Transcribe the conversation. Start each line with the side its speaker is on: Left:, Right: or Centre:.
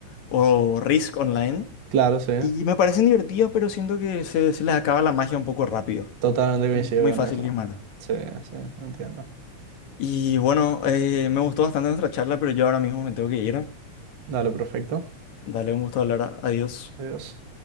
Left: o Risk Online
Right: Claro, sí.
Left: y me parecen divertidos, pero siento que se, se les acaba la magia un poco rápido.
Right: Totalmente coincido
Left: Es muy
Right: con
Left: fácil
Right: eso.
Left: quemar.
Right: Sí, sí, entiendo.
Left: Y bueno, eh, me gustó bastante nuestra charla, pero yo ahora mismo me tengo que ir.
Right: Dale, perfecto.
Left: Dale un gusto hablar. Adiós.
Right: Adiós.